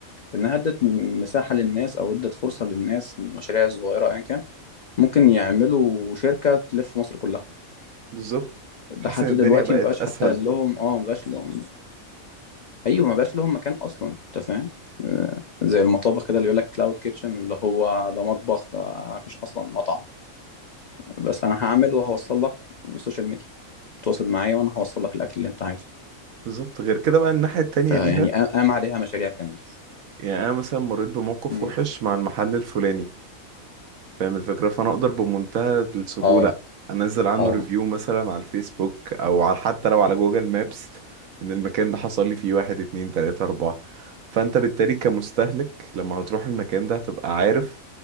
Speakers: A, on the left (about 80°); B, on the right (about 75°).
A: إنها ادت م- مساحة للناس أو ادت فرصة للناس المشاريع الصغيرة أيا كان ممكن يعملوا شركة تلف مصر كلها
B: بالظبط
A: ده
B: تحس
A: حتى
B: ان الدنيا
A: دلوقتي
B: بقت
A: مبقاش
B: اسهل
A: حتى لهم اه مبقاش لهم ايوه ما بقاش لهم مكان اصلا انت فاهم آه، زي المطابخ كده اللي يقول لك كلاود كيتشن اللي هو ده مطبخ آه، انا مفيش اصلا مطعم بس انا هعمل وهوصل لك من السوشيال ميديا تواصل معايا وانا هوصل لك الاكل اللي انت عايزه
B: بالظبط غير كده بقى الناحية التانية
A: فيعني
B: ليها
A: قام قام عليها مشاريع كمان
B: يعني انا مثلا مريت بموقف
A: مم.
B: وحش مع المحل الفلاني فاهم الفكره فانا اقدر بمنتهى السهوله
A: اه
B: انزل عنه
A: اه
B: ريفيو مثلا على الفيسبوك او على حتى لو على جوجل مابس ان المكان ده حصل لي فيه واحد اتنين تلاته اربعه فانت بالتالي كمستهلك لما هتروح المكان ده هتبقى عارف